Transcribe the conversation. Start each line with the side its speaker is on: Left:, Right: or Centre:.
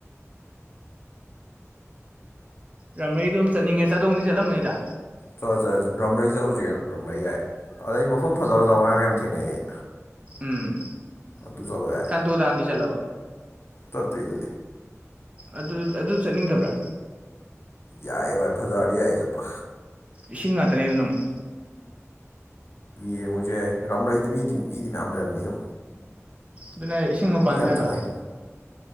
Right: ꯔꯥꯝꯔꯩꯗꯣꯝ ꯆꯠꯅꯤꯡꯉꯦ ꯆꯥꯗꯣꯡꯗꯤ ꯆꯠꯂꯝꯃꯅꯤꯗ
Left: ꯆꯠ ꯆꯠ ꯔꯥꯝꯔꯩ ꯆꯧꯎꯖꯤ ꯔꯥꯝꯔꯩ ꯌꯥꯏ ꯑꯗꯩ ꯃꯐꯝ ꯐꯖꯥꯕ ꯐꯖꯥꯕ ꯉꯔꯥꯡ ꯌꯥꯝ ꯊꯦꯡꯅꯩ ꯑꯩ
Right: ꯎꯝ
Left: ꯑꯗꯨ ꯆꯠꯂꯨ ꯌꯥꯏ
Right: ꯀꯥꯟꯇꯣ ꯗꯥꯝꯗꯤ ꯆꯠꯂꯕꯣ
Left: ꯆꯠꯇꯔꯤ ꯑꯗꯨꯗꯤ
Right: ꯑꯗꯨ ꯑꯗꯨ ꯆꯠꯅꯤꯡꯗꯕ꯭ꯔꯥ
Left: ꯌꯥꯏ ꯕꯥꯏ ꯐꯖꯔꯗꯤ ꯌꯥꯏ ꯆꯠꯄ
Right: ꯏꯁꯤꯡ ꯉꯥꯛꯇꯅꯦ ꯑꯗꯨꯅ ꯑꯃꯨꯛ
Left: ꯌꯦꯡꯉꯨꯖꯦ ꯌꯥꯏ ꯔꯝꯔꯩꯗꯤ ꯃꯤꯗꯤ ꯃꯤꯗꯤ ꯃꯌꯥꯝ ꯂꯩꯔꯝꯅꯤꯉꯣ
Right: ꯑꯗꯨꯅꯦ ꯏꯁꯤꯡ ꯃꯄꯥꯟꯒꯗꯥ
Left: ꯃꯤ ꯌꯥꯝ ꯆꯠꯅꯩ